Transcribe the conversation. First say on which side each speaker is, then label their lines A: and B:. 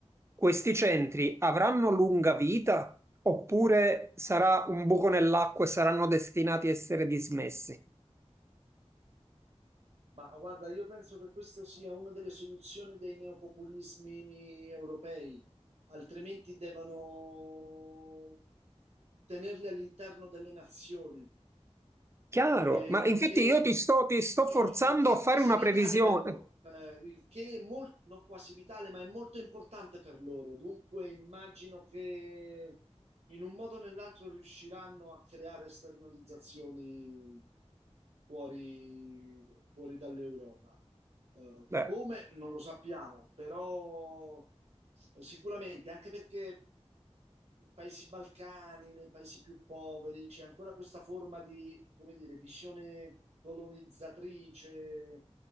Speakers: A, on the right; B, on the right.
A: questi centri avranno lunga vita oppure sarà un buco nell'acqua e saranno destinati a essere dismessi?
B: Ma guarda, io penso che questa sia una delle soluzioni dei neopopulismi europei, altrimenti devono tenerli all'interno delle nazioni.
A: Chiaro,
B: eh,
A: ma
B: il
A: infatti
B: che,
A: io ti sto, ti sto
B: i-
A: forzando
B: il che
A: a
B: è
A: fare
B: quasi
A: una
B: vitale
A: previsione.
B: per loro, eh, il che è molto, non quasi vitale, ma è molto importante per loro. Dunque immagino che in un modo o nell'altro riusciranno a creare esternalizzazioni fuori, fuori dall'Europa. Eh,
A: Beh,
B: come non lo sappiamo, però eh, sicuramente, anche perché nei paesi balcani, nei paesi più poveri, c'è ancora questa forma di, come dire, visione colonizzatrice